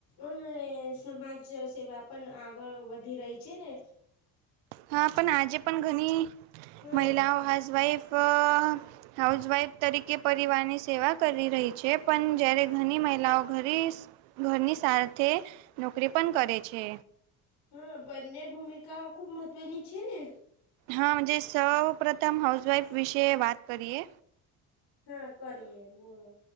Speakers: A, on the left; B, on the right.
A: અને સમાજ સેવા પણ આગળ વધી રહી છે ને.
B: હા, પણ આજે પણ ઘણી
A: હા
B: મહિલાઓ હાઉસવાઈફ હાઉસવાઈફ તરીકે પરિવારની સેવા. કરી રહી છે, પણ જ્યારે ઘણી મહિલાઓ ઘણી ઘરની સાથે નોકરી પણ કરે છે.
A: હા, બંને ભૂમિકા ખુબ મહત્વની છે ને.
B: હા, જે સૌ પ્રથમ હાઉસવાઈફ વિશે વાત કરીએ.
A: હા, કરીએ, બોલો.